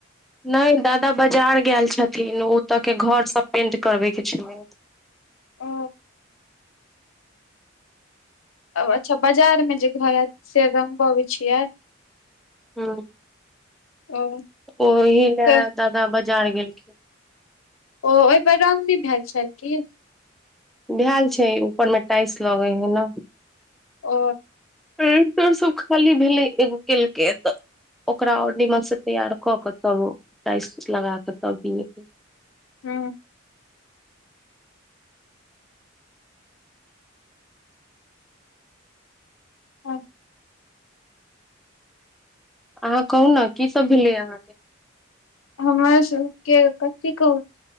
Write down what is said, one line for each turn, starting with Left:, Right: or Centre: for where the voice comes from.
Centre: नहि दादा बाजार गेल छथिन ओतऽ के घर सब पेंट करबे के छलै
Left: ओ अच्छा बाजार मे जे घर हयत से रंगबबैत छियै
Centre: ह
Left: ओ
Centre: ओहि ले
Left: तऽ
Centre: दादा बाजार गेलखिन
Left: ओ ओहिपर रंग नहि भेल छल की
Centre: भेल छै ऊपर मे टाइलस लगे है ने
Left: ओ
Centre: रेंनटर सब खाली भेलै एगो केलकै तऽ ओकरा ओर नीमन से तैयार क के तब टाइ लगा के तब दि के
Left: हँ हँ
Centre: अहाँ कहू ने की सब भेलै अहाँके
Left: हमर सबके कथी कहु